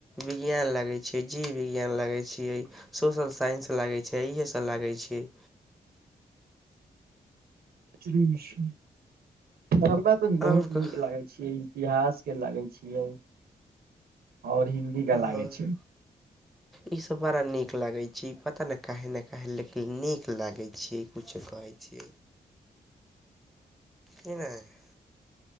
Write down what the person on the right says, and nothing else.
<unintelligible> हमरा तऽ बहुत
नीक लागे छै इतिहास के लागै छियै और के
लागे छै